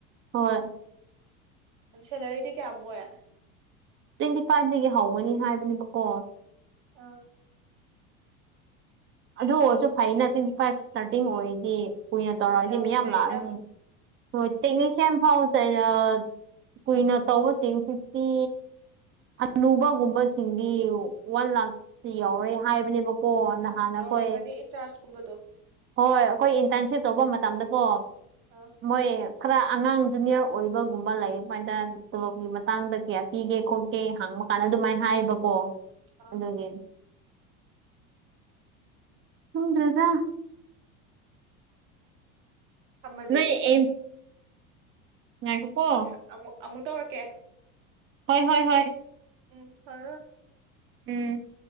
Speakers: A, on the right; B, on the right.
A: ꯍꯣꯏ
B: ꯁꯦꯂꯔꯤꯗꯤ ꯀꯌꯥꯃꯨꯛ ꯑꯣꯢ
A: ꯇ꯭ꯋꯦꯟꯇꯤ ꯐꯥꯏꯐꯗꯒꯤ ꯍꯧꯒꯅꯤ ꯍꯥꯏꯕꯅꯦꯕꯀꯣ
B: ꯑꯥ
A: ꯑꯗꯨ ꯑꯣꯏꯔꯁꯨ ꯐꯩꯅ ꯇ꯭ꯋꯦꯟꯇꯤ ꯐꯥꯏꯚ ꯁ꯭ꯇꯥꯔꯇꯤꯡ ꯑꯣꯏꯔꯗꯤ ꯀꯨꯏꯅ ꯇꯧꯔꯛꯑꯗꯤ
B: ꯌꯥꯝ
A: ꯃꯌꯥꯝ
B: ꯐꯩꯗ
A: ꯂꯥꯛꯑꯅꯤ ꯍꯣꯢ ꯇꯦꯛꯅꯤꯁꯤꯌꯟ ꯐꯥꯎ ꯆꯩ ꯑꯥ ꯀꯨꯏꯅ ꯇꯧꯕꯁꯤꯡ ꯐꯤꯐꯇꯤ ꯍꯅꯨꯕꯒꯨꯝꯕꯁꯤꯡꯗꯤ ꯋꯥꯟ ꯂꯥꯛꯇꯤ ꯌꯧꯋꯦ ꯍꯥꯏꯕꯅꯦꯕꯀꯣ ꯅꯍꯥꯟ
B: ꯌꯧꯔꯝꯒꯅꯤ
A: ꯑꯩꯈꯣꯏ
B: ꯏꯟꯆꯥꯔꯖ ꯀꯨꯝꯕꯗꯣ
A: ꯍꯣꯏ ꯑꯩꯈꯣꯏ ꯏꯟꯇꯔꯟꯁꯤꯞ ꯇꯧꯕ ꯃꯇꯝꯗꯀꯣ
B: ꯑꯥ
A: ꯃꯣꯏ ꯈꯔ ꯑꯉꯥꯡ ꯖꯨꯅꯤꯌꯔ ꯑꯣꯏꯕꯒꯨꯝꯕ ꯂꯩ ꯃꯣꯏꯗ ꯇꯣꯂꯣꯞꯀꯤ ꯃꯇꯥꯡꯗ ꯀꯌꯥ ꯄꯤ ꯒꯦ ꯈꯣꯠꯀꯦ ꯍꯪꯕ ꯀꯥꯟꯗ ꯑꯗꯨꯃꯥꯏꯅ ꯍꯥꯏꯕꯀꯣ
B: ꯑꯥ
A: ꯑꯗꯨꯒꯤ ꯈꯪꯗ꯭ꯔꯦꯗ
B: ꯊꯝꯃꯁꯦ
A: ꯅꯣꯢ ꯑꯦꯝ ꯉꯥꯢꯈꯣꯀꯣ
B: ꯃꯊꯪ ꯑꯃꯨꯛ ꯑꯃꯨꯛ ꯇꯧꯔꯛꯀꯦ
A: ꯍꯣꯏ ꯍꯣꯏ ꯍꯣꯏ
B: ꯎꯝ <unintelligible>
A: ꯎꯝ